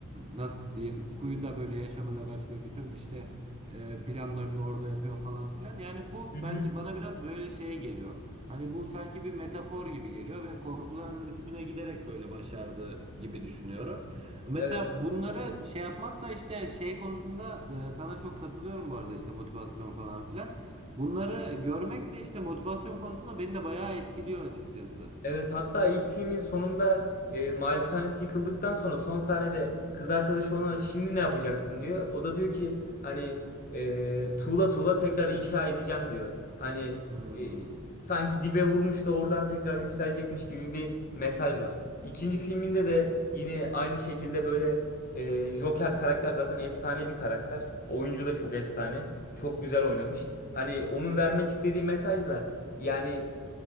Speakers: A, on the right (about 25°); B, on the left (about 40°).
A: nasıl diyeyim kuyuda böyle yaşamaya başlıyor bütün işte e, planlarını orada yapıyor falan filan yani bu
B: Hı hı.
A: bence bana biraz böyle şey geliyor hani bu sanki bir metafor gibi geliyor ve korkularının üstüne giderek böyle başardı gibi düşünüyorum. Mesela
B: Evet.
A: bunları şey yapmak da işte şey konusunda e, sana çok katılıyorum bu arada işte motivasyon falan filan. Bunları görmek de işte motivasyon konusunda beni de bayağı etkiliyor açıkçası.
B: Evet hatta ilk filmin sonunda e, malikanesi yıkıldıktan sonra son sahnede kız arkadaşı ona şimdi ne yapacaksın diyor. O da diyor ki hani e, tuğla tuğla tekrar inşa edeceğim diyor. Hani
A: Hmm.
B: e, sanki dibe vurmuş da oradan tekrar yükselecekmiş gibi bir mesaj var. İkinci filminde de yine aynı şekilde böyle e, Joker karakter zaten efsane bir karakter. Oyuncu da çok efsane. Çok güzel oynamış. Hani onun vermek istediği mesaj da yani